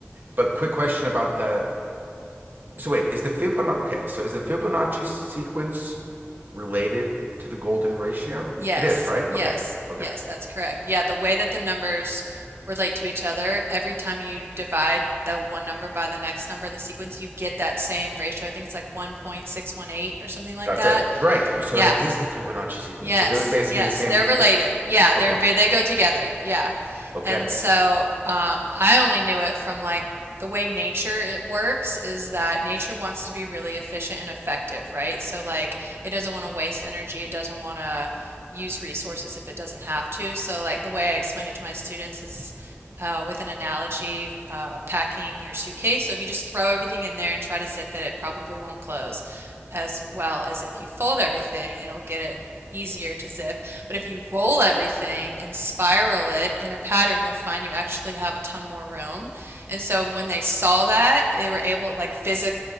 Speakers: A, on the right (about 50°); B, on the right (about 65°).
A: but quick question about the. So wait, is the Fibonacci okay? So is the Fibonacci sequence related to the golden ratio?
B: Yes,
A: It is, right?
B: yes,
A: Okay, okay,
B: yes, that's correct. Yeah, the way that the numbers relate to each other, every time you divide the one number by the next number in the sequence, you get that same ratio. I think it's like 1.618 or something like
A: that's
B: that.
A: it. Right. So
B: Yeah.
A: that is the Fibonacci sequence.
B: Yes,
A: So they're basically
B: yes,
A: the same.
B: they're related.
A: Th-
B: Yeah, they're
A: okay,
B: ve- they go together. Yeah.
A: okay.
B: And so um, I only knew it from like the way nature it works is that nature wants to be really efficient and effective, right? So like it doesn't want to waste energy, it doesn't want to use resources if it doesn't have to. So like the way I explain it to my students is uh, with an analogy, uh, packing your suitcase. So if you just throw everything in there and try to zip it, it probably won't close as well as if you fold everything, and it'll get it easier to zip. But if you roll everything and spiral it in a pattern, you'll find you actually have a ton more room. And so when they saw that, they were able, like physically